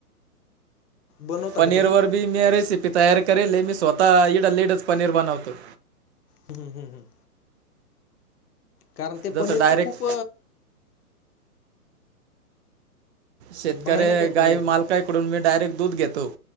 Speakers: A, on the left; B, on the right.
A: बनवता
B: पनीर
A: का तुम्ही
B: वर बी म्या रेसिपी तयार करेल हे मी स्वतः इथल्या इथं पनीर बनवतो.
A: हम हम हम हंम. कारण ते
B: जसं
A: पनीरचं
B: डायरेक्ट
A: खूप,
B: शेतकऱ्या
A: भयानक आहे
B: गाय
A: पनीरचं
B: माल काय. कडून मी डायरेक्ट दूध घेतो,